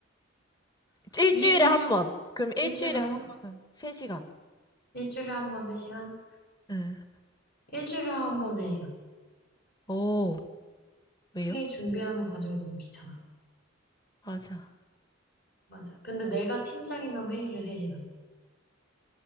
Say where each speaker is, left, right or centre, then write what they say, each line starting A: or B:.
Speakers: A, on the left; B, on the left.
A: 일주일에
B: 회의
A: 한 번. 그럼
B: 일주일에
A: 일주일에
B: 한
A: 한
B: 번?
A: 번은 3시간.
B: 일주일에 한 번 세시간
A: 응.
B: 일주일에 한 번 세시간
A: 오, 왜요?
B: 회의 준비하는 과정이 너무 귀찮아.
A: 맞아.
B: 맞아. 근데 내가 팀장이면 회의를 세시간